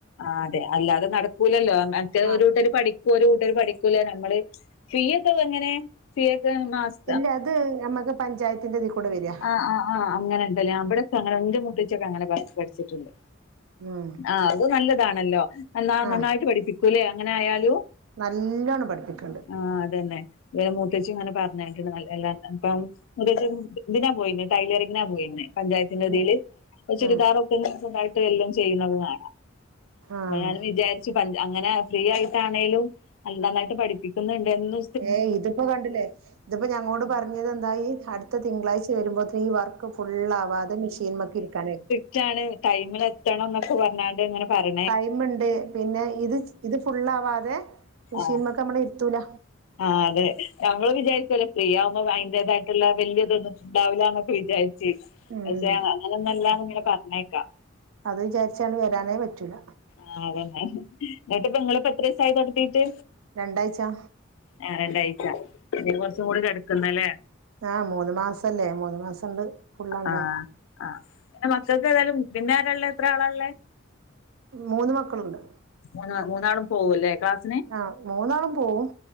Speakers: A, on the left; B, on the right.
A: ആഹ് അതെ അല്ലാതെ നടക്കൂലല്ലോ മറ്റേത്
B: ആ
A: ഒരു കൂട്ടര് പഠി ഒരു കൂട്ടര് പഠിക്കുല്ല നമ്മള് ഫീ ഒക്കെ എങ്ങനെ ഫീ ഒക്കെ മാസ്
B: ഇല്ല അത് ഞമ്മക്ക് പഞ്ചായത്തിന്റെ അതികൂടെ വരിക
A: ആഹ് ആഹ് അങ്ങനെണ്ടല്ലേ ആം ഇവിടൊക്കെ അങ്ങനാ എൻ്റെ മൂത്തച്ചിയൊക്കെ അങ്ങനെ പഠിച്ച്ട്ടുണ്ട്
B: ഉം
A: ആഹ് അത് നല്ലതാണല്ലോ നന്ന
B: ആ
A: നന്നായിട്ട് പഠിപ്പിക്കൂല്ലേ അങ്ങനെ ആയാലും
B: നല്ലോണം പഠിപ്പിക്കണ്ട്
A: ആഹ് അതന്നെ ഇ മുത്തച്ചി ഇങ്ങനെ പറഞ്ഞേക്കണ് എല്ലാം ഇപ്പം <unintelligible> ഇതിനാ പോയിന്നെ ടൈലറിങ്ങിനാ പോയിന്നെ പഞ്ചായത്തിന്റെ
B: ഉം
A: ഇതില് ഇപ്പം ചുരിദാർ
B: ഉം
A: ഒക്കെ സ്വന്തായിട്ട് എല്ലോം ചെയ്യുന്നത് കാണാം
B: ആ
A: അപ്പം ഞാനും വിചാരി ച്ച് പഞ്ച് അങ്ങനെ ഫ്രീ ആയിട്ടാണേലും നന്നായിട്ട് പഠിപ്പിക്കുന്നുണ്ട് എന്ന്
B: ഏയ് ഇതിപ്പോ കണ്ടില്ലേ ഇതിപ്പോ ഞങ്ങളോട് പറഞ്ഞു പറഞ്ഞ എന്താ ഈ അടുത്ത തിങ്കളാഴ്ച വരുമ്പോത്തിന് ഈ വർക്ക് ഫുള്ളാവാതെ മെഷീൻമക്ക് ഇരിക്കാനയ
A: <unintelligible> ടൈമില് എത്തണം എന്നൊക്കെ പറ ഞ്ഞാണ്ട് ഇങ്ങനെ പറയാ
B: ടൈംമ് ഉണ്ട് പിന്നെ ഇത് ചെ ഇത് ഫുള്ളാവാതെ മെഷീൻമക്ക്
A: ആഹ്
B: നമ്മളെ ഇരുത്തൂല
A: ആഹ് അതെ നമ്മള് വിചാരിക്കുവല്ലേ ഫ്രീ ആവുമ്പോ അതിന്റേതായിട്ടുള്ള വലിയതൊന്നും ഉണ്ടാവില്ലന്നൊക്കെ വിചാരി ച്ച്
B: ഉം
A: പക്ഷെ അങ്ങനെ ഒന്നും അല്ലാന്ന് ഇങ്ങനെ പറഞ്ഞേക്കാം
B: അത് വിചാരിച്ചാണ് വരാനേ പറ്റൂല
A: ആഹ് അതന്നെ എന്നിട്ട് ഇപ്പോ നിങ്ങള് ഇപ്പോ എത്ര ദിവസായി തുട ത്തീട്ട്
B: രണ്ടാഴ്ച്ചാ
A: ആഹ് രണ്ടാഴ്ച ഇനി കൊറച്ചും കൂടി കിടക്ക്ണ്ടല്ലേ
B: ആഹ് മൂന്നു മാസല്ലേ മൂന്ന് മാസണ്ട് ഫുള്ള് ആവണ്ടേ
A: ആഹ് ആഹ് മക്കൾക്ക് ഏതായാലും പിന്നാര ഉള്ളെ എത്ര ആളാ ഉള്ളേ
B: മൂന്ന് മക്കളുണ്ട്
A: മൂന്ന് മൂന്നാളും പോവൂല്ലേ ക്ലാസ്
B: ആഹ് മൂന്നാളും പോവും